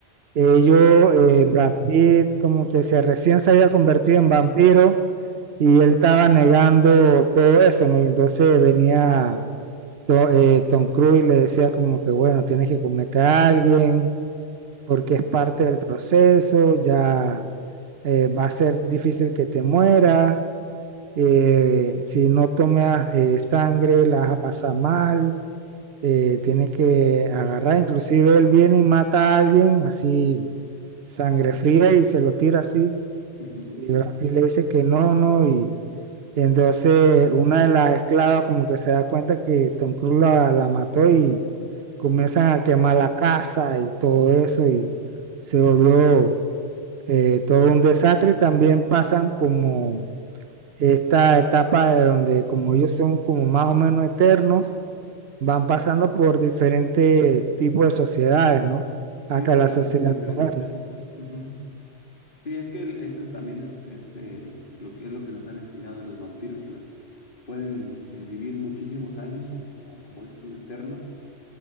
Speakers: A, on the right (about 55°); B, on the left (about 45°).
A: ellos, eh, Brad Pitt, como que se recién se había convertido en vampiro y él estaba negando todo eso, ¿no? Y entonces venía To- eh, Tom Cruise le decía como que, bueno, tienes que comerte a alguien porque es parte del proceso, ya eh, va a ser difícil que te mueras, eh, si no tomas eh, sangre la vas a pasar mal, eh, tienes que agarrar, inclusive él viene y mata a alguien así, sangre fría y se lo tira así,
B: Ujú.
A: y Brad Pitt le dice que no, no, y entonces una de las esclavas como que se da cuenta que Tom Cruise la la mató y comienzan a quemar la casa y todo eso y se volvió eh, todo un desastre. Y también pasan como esta etapa de donde como ellos son como más o menos eternos, van pasando por diferentes tipos de sociedades, ¿no? Hasta
B: Sí, de
A: la
B: diferen-
A: sociedad
B: diferentes
A: moderna.
B: épocas. Ujú. Sí, es que el- eso es también es este, lo que es lo que nos han enseñado de los vampiros, que va- pueden eh, vivir muchísimos años o, o, como dices tú, eternos.